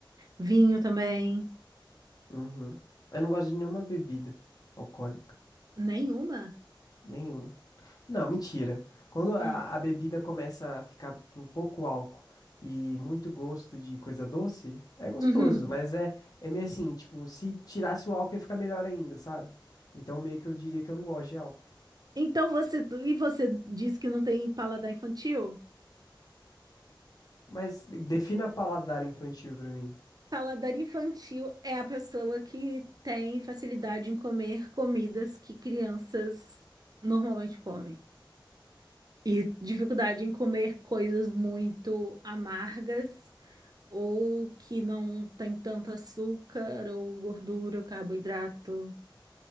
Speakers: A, on the right; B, on the left.
A: Vinho também.
B: Uhum. Eu não gosto de nenhuma bebida alcoólica.
A: Nenhuma?
B: Nenhuma. Não, mentira. Quando a,
A: Hum.
B: a bebida começa a ficar com pouco álcool e muito gosto de coisa doce, é gostoso,
A: Uhum.
B: mas é, é meio assim, tipo, se tirasse o álcool ia ficar melhor ainda, sabe? Então meio que eu diria que eu não gosto de álcool.
A: Então você, e você diz que não tem paladar infantil?
B: Mas defina paladar infantil pra mim.
A: Paladar infantil é a pessoa que tem facilidade em comer comidas que crianças normalmente comem. E dificuldade em comer coisas muito amargas ou que não tem tanto açúcar ou gordura, carboidrato.